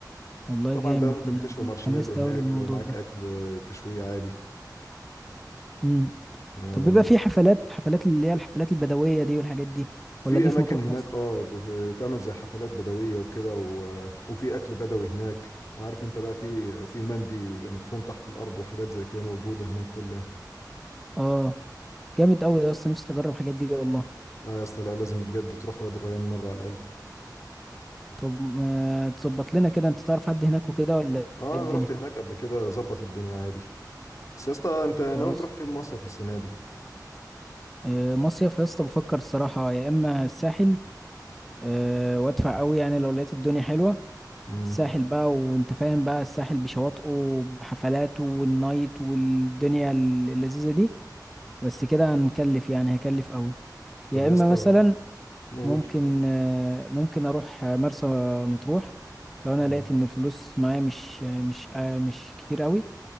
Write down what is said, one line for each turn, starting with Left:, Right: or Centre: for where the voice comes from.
Centre: والله
Left: طبعا
Centre: جامد
Left: بقى ممكن
Centre: أنا
Left: تشوي مارشميلو
Centre: اتحمست
Left: هناك
Centre: أوي للموضوع
Left: لو معاك
Centre: ده
Left: أكل آه، تشويه عادي
Centre: امم
Left: آه،
Centre: طب بيبقى في حفلات حفلات اللي هي الحفلات البدوية دي والحاجات دي
Left: في
Centre: ولا دي
Left: أماكن
Centre: في مطروح
Left: هناك
Centre: بس
Left: اه بتعمل زي حفلات بدوية وكده و- وفي أكل بدوي هناك عارف انت بقى في في مندي بيبقى مدفون تحت الأرض وحاجات زي كده موجودة هناك كلها
Centre: اه جامد قوي ده أصلا نفسي أجرب الحاجات دي والله
Left: اه يا اسطى لا لازم بجد تروح وادي الريان مرة على الأقل
Centre: طب ما تظبط لنا كده أنت تعرف حد هناك وكده ولا إيه
Left: اه
Centre: الدنيا
Left: أنا رحت هناك قبل كده ظبط الدنيا عادي بس يا اسطى انت ناوي
Centre: خلاص
Left: تروح فين مصيف السنة دي؟
Centre: آه مصيف يا اسطى بفكر الصراحة يا إما الساحل آه وأدفع قوي يعني لو لقيت الدنيا حلوة
Left: مم.
Centre: الساحل بقى وانت فاهم بقى الساحل بشواطئه بحفلاته والنايت والدنيا اللذيذة دي بس كده هنكلف يعني هيكلف قوي
Left: طب
Centre: يا
Left: يا
Centre: اما
Left: اسطى
Centre: مثلا
Left: قول
Centre: ممكن آه، ممكن اروح آه، مرسى مطروح لو انا
Left: مم.
Centre: لقيت ان الفلوس معايا مش آه، مش آه، مش كتير قوي